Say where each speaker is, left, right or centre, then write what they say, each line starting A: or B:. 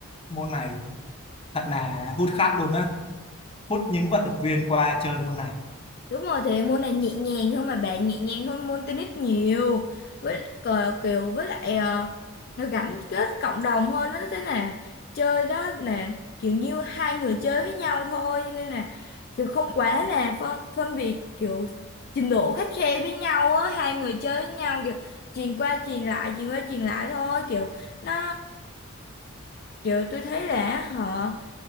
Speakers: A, on the left; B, on the left.
A: môn này thật là hút khách luôn á hút những vận động viên qua chơi môn này
B: Đúng rồi, thì môn này nhẹ nhàng hơn mà bạn nhẹ nhàng hơn môn tennis nhiều. Với cờ kiểu với lại ờ, nó gắn kết cộng đồng hơn nó thế là chơi đó là kiểu như hai người chơi với nhau thôi cho nên là kiểu không quá là phân, phân biệt kiểu trình độ khắt khe với nhau á, hai người chơi với nhau kiểu truyền qua truyền lại, truyền qua truyền lại thôi kiểu nó Kiểu tôi thấy là họ